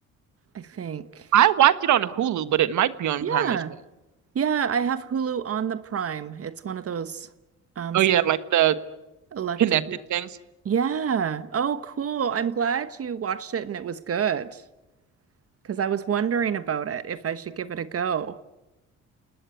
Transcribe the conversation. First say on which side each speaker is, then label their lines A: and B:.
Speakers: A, on the right; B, on the right.
A: I think.
B: I watched it on Hulu, but it might be on
A: Yeah.
B: Prime as well.
A: Yeah, I have Hulu on the Prime. It's one of those um
B: Oh
A: s-
B: yeah, like the
A: elected.
B: connected things.
A: Yeah. Oh, cool. I'm glad you watched it and it was good because I was wondering about it if I should give it a go.